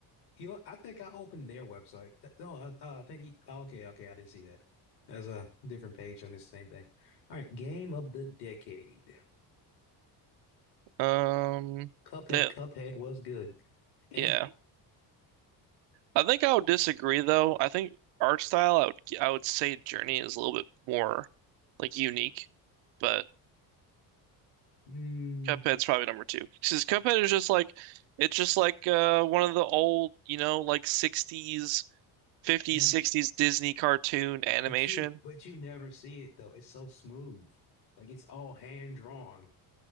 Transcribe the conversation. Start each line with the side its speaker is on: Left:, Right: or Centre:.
Left: You know, I think I opened their website. Uh, No, uh, uh, I think you, okay, okay, I didn't see that. There's a different page on this same thing. All right, game of the decade.
Right: um
Left: Cuphead,
Right: that
Left: Cuphead was good. And
Right: yeah. I think I would disagree though. I think art style, I would I would say Journey is a little bit more like unique, but
Left: mm,
Right: Cuphead's probably number two. Because Cuphead is just like it's just like uh, one of the old, you know, like 60s, 50s,
Left: yeah.
Right: 60s Disney cartoon animation.
Left: But you but you never see it though. It's so smooth. Like it's all hand drawn.